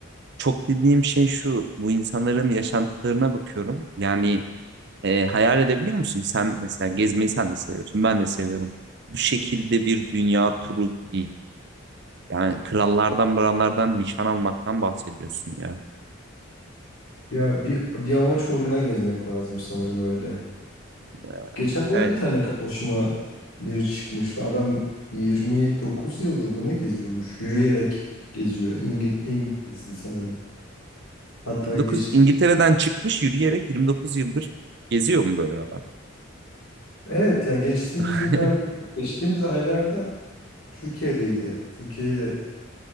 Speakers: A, on the right; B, on the left.
A: çok dediğim şey şu. Bu insanların yaşantılarına bakıyorum. Yani E, hayal edebiliyor musun? Sen mesela gezmeyi sen de seviyorsun. Ben de seviyorum. Bu şekilde bir dünya turu değil. Yani krallardan mırallardan nişan almaktan bahsediyorsun ya.
B: ya bir bir amaç uğruna gezmek lazım sanırım öyle.
A: E,
B: Geçenlerde
A: evet.
B: bir tane karşıma biri çıkmıştı. Adam 29 yıldır mı ne geziyormuş? Yürüyerek geziyor. İngi- İngilizdi sanırım. Hatta
A: 29
B: geçti.
A: İngiltere'den çıkmış yürüyerek 29 yıldır geziyor mu böyle adam?
B: Evet ya geçtiğimiz
A: <laughs>
B: günlerde, geçtiğimiz aylarda Türkiye'deydi. Türkiye'de